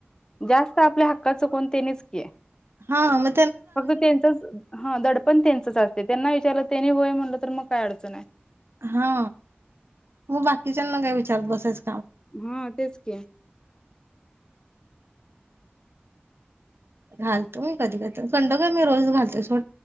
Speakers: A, on the left; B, on the right.
A: जास्त आपल्या हक्काचं कोण तेनीच की.
B: हा म
A: फक्त त्यांचाच हा दडप पण त्यांचच असतय, त्यांना विचारलं, त्यांनी होय म्हटलं, तर मग काय अडचण हाय?
B: हा उभा घरच्याना काय विचारत बसायच?
A: हा <unintelligible> तेच की.
B: घालतो मी, कधी? कधी? कंड काय मी रोज घालतोय सोड,